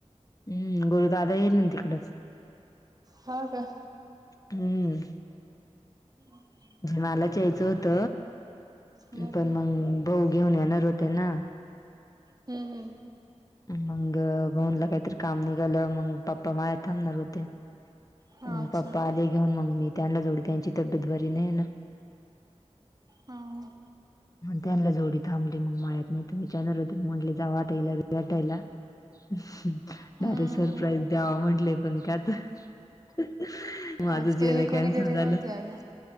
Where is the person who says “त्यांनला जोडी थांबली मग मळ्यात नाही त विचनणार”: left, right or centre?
Left